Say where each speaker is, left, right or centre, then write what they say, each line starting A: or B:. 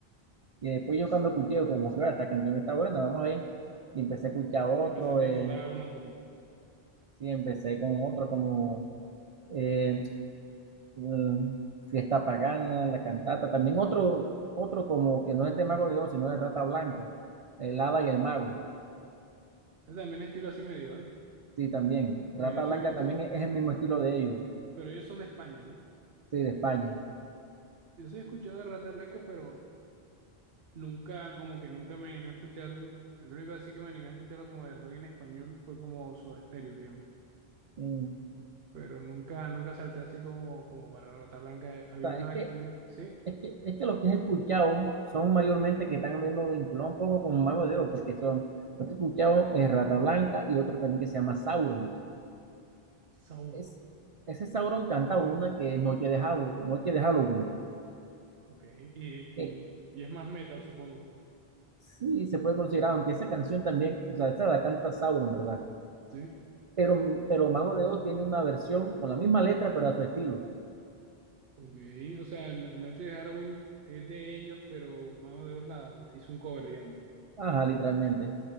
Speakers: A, on the right; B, on the right.
A: Y después yo cuando escuché, como que "Ah, esta canción está buena, vamos a ver. Y empecé a escuchar otro,
B: Y empezaste
A: eh,
B: a explorar una por una.
A: sí, empecé con otro como eh, mm, Fiesta Pagana, La Cantata, también otro, otro como que no es de Mago de Oz, sino de Rata Blanca, El Hada y el Mago,
B: Es también estilo así medieval.
A: sí, también. Rata
B: Porque yo sí
A: Blanca
B: he visto,
A: también es, es el mismo estilo de ellos,
B: pero ellos son de España, ¿no?
A: sí, de España.
B: Yo sí he escuchado de Rata Blanca pero nunca, como que nunca me animé a escucharlo. El único así que me animé a escucharlo como de rock en español fue como su estéreo, digamos.
A: Mm, o
B: Pero nunca, nunca salté así como, como para Rata Blanca. Había
A: sea,
B: una
A: es
B: aquí,
A: que,
B: ¿sí?
A: es que, es que lo que he escuchado son mayormente que están viendo vinculado un poco con Mago de Oz, porque son, lo que he escuchado es Rata Blanca y otro también que se llama Sauron.
B: Sauro,
A: Es, ese Sauron canta una que es Noche de Halloween, Noche de Halloween.
B: ok. Y,
A: Eh,
B: y, y es más metal, supongo,
A: Sí, se puede considerar, aunque esa canción también, o sea, esa la canta Sauron, ¿verdad?
B: ¿sí?
A: Pero, pero Mago de Oz tiene una versión con la misma letra, pero a su estilo.
B: Ok, o sea, la noche de Halloween es de ellos, pero Mago de Dios la, la hizo un cover, digamos.
A: Ajá, literalmente.